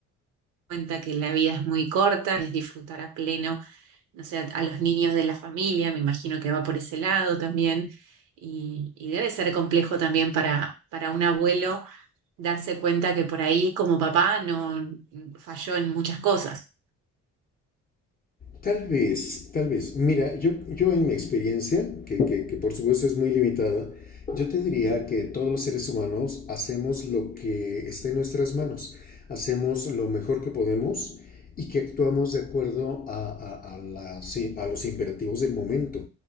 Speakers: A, on the right (about 85°); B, on the left (about 30°).
A: cuenta que la vida es muy corta, es disfrutar a pleno, no sé, a los niños de la familia, me imagino que va por ese lado también, y, y debe ser complejo también para, para un abuelo darse cuenta que por ahí como papá no falló en muchas cosas.
B: Tal vez, tal vez. Mira, yo, yo en mi experiencia, que, que- que por supuesto es muy limitada, yo te diría que todos los seres humanos hacemos lo que está en nuestras manos, hacemos lo mejor que podemos y que actuamos de acuerdo a, a- a la- sí, a los imperativos del momento